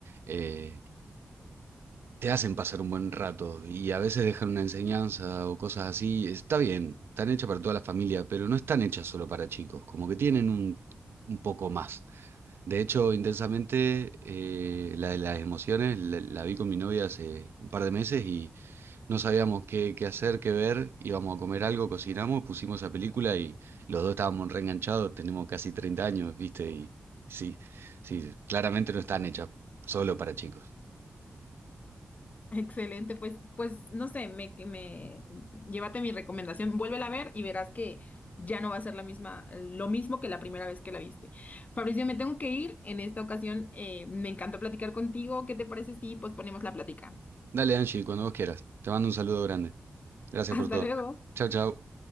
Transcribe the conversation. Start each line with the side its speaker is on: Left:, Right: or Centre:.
Right: eh, te hacen pasar un buen rato y a veces dejan una enseñanza o cosas así. Está bien, están hechas para toda la familia, pero no están hechas solo para chicos, como que tienen un, un poco más. De hecho, intensamente, eh, la de las emociones la, la vi con mi novia hace un par de meses y no sabíamos qué, qué hacer, qué ver. Íbamos a comer algo, cocinamos, pusimos esa película y los dos estábamos reenganchados. Tenemos casi 30 años, ¿viste? Y sí, sí, claramente no están hechas solo para chicos.
Left: Excelente, pues, pues no sé, me, que me llévate mi recomendación, vuélvela a ver y verás que ya no va a ser la misma, lo mismo que la primera vez que la viste. Fabricio, me tengo que ir. En esta ocasión, eh, me encantó platicar contigo. ¿Qué te parece si pues ponemos la plática?
Right: Dale, Angie, cuando vos quieras. Te mando un saludo grande. Gracias
Left: <laughs> Hasta
Right: por todo.
Left: luego.
Right: Chau, chau.